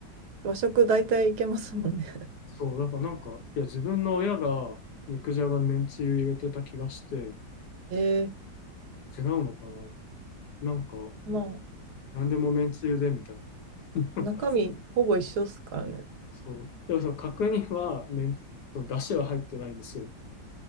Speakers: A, on the right; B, on the left.
A: 和食大体いけますもんね。
B: そう、だからなんか、いや、自分の親が肉じゃがめんつゆ入れてた気がして、
A: <laughs> え
B: 違うのかななんか、
A: ー、まあ、
B: 何でもめんつゆでみたいな。<laughs>
A: 中身ほぼ一緒っすからね。
B: そう。でもその角煮はめん、その出汁は入ってないんですよ。